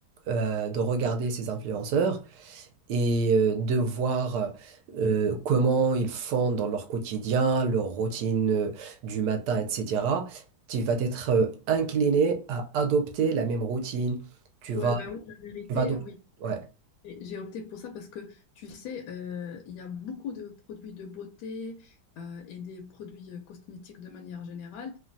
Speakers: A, on the right; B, on the left.
A: euh, de regarder ces influenceurs et euh, de voir euh, comment ils font dans leur quotidien, leur routine euh, du matin, etc., tu vas être euh, incliné à adopter la même routine. Tu vas,
B: Ouais, ben oui, la vérité,
A: tu vas adop-
B: oui.
A: ouais.
B: Et J'ai opté pour ça parce que, tu sais, euh, il y a beaucoup de produits de beauté euh, et des produits euh, cosmétiques de manière générale.